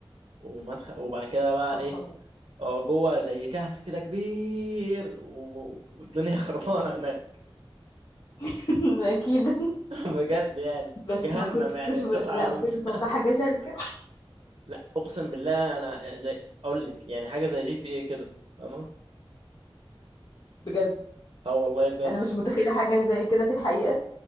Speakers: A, on the right; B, on the left.
A: ومدخل وبعد كده بقى
B: اوبا
A: ايه اه جوه زي كهف كده كبير و... والدنيا خربانه هناك
B: <laughs> اكيد
A: <laughs> بجد يعني
B: بس
A: جهنم
B: ما كنتش
A: يعني قطعه
B: ب... لا
A: من
B: ما كنتش
A: <laughs>
B: متوقعه حاجه شبه كده
A: لا اقسم بالله انا زي اقول لك يعني حاجه زي جي تي ايه كده فاهمه
B: بجد
A: اه والله بجد
B: انا مش متخيله حاجه زي كده في الحقيقه